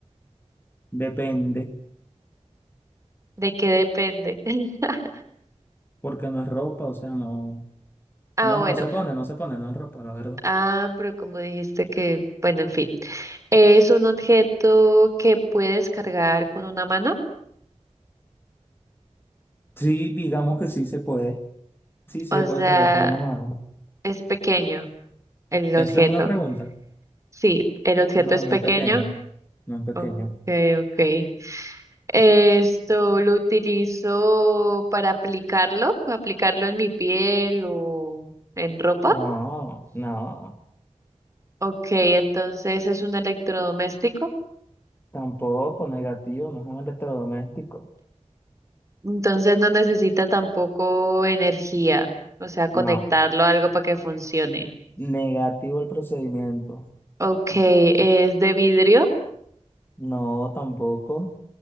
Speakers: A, on the left; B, on the right.
A: Depende,
B: ¿De qué depende? <laughs>
A: porque no es ropa, o sea, no,
B: Ah,
A: no,
B: bueno.
A: no se pone, no se pone, no es ropa, la verdad.
B: Ah, pero como dijiste que, bueno, en fin, es un objeto que puedes cargar con una mano,
A: Sí, digamos que sí se puede. Sí, sí
B: o
A: se puede
B: sea,
A: cargar con una mano.
B: es pequeño el objeto.
A: Eso es una pregunta.
B: Sí, el objeto
A: No,
B: es
A: no
B: pequeño.
A: es pequeño. No es pequeño.
B: Ok, ok. Esto lo utilizo para aplicarlo, aplicarlo en mi piel o en ropa.
A: No, no.
B: Ok, entonces es un electrodoméstico.
A: Tampoco negativo, no es un electrodoméstico.
B: Entonces no necesita tampoco energía, o sea, conectarlo
A: No.
B: a algo para que funcione.
A: Negativo el procedimiento.
B: Ok, ¿es de vidrio?
A: No, tampoco.